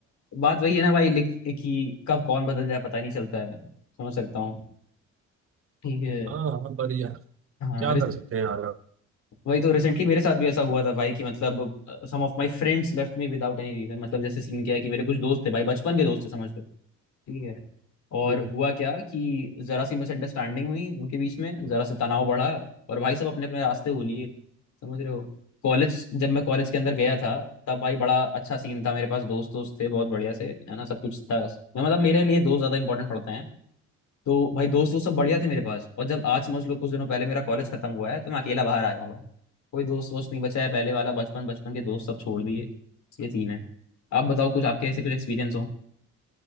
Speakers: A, on the left; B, on the right.
A: बात वही है ना भाई लेक- कि कब कौन बदल जाए पता ही नहीं चलता है समझ सकता हूँ ठीक है
B: हाँ हाँ, पर यार
A: हाँ
B: क्या कर सकते हैं यार
A: वही तो रिसेंटली मेरे साथ भी ऐसा हुआ था भाई कि मतलब some of my friends left me without any reason मतलब जैसे सीन क्या है कि मेरे कुछ दोस्त थे भाई बचपन के दोस्त थे समझ लो ठीक है और
B: हम्म।
A: हुआ क्या कि जरा सी मिसअंडरस्टैंडिंग हुई उनके बीच में जरा सा तनाव बढ़ा और भाई सब अपने अपने रास्ते हो लिए समझ रहे हो कॉलेज जब मैं कॉलेज के अंदर गया था तब भाई बड़ा अच्छा सीन था मेरे पास दोस्त दोस्त थे बहुत बढ़िया से है ना सब कुछ था मैं मतलब मेरे लिए दोस्त ज्यादा इंपॉर्टेंट पड़ते हैं तो भाई दोस्त वो सब बढ़िया थे मेरे पास और जब आज समझ लो कुछ दिनों पहले मेरा कॉलेज खत्म हुआ है तो मैं अकेला बाहर आया हूँ भाई कोई दोस्त वोस्त नहीं बचा है पहले वाला बचपन बचपन के दोस्त सब छोड़ दिए ये सीन है आप बताओ कुछ आपके ऐसे कुछ एक्सपीरियंस हो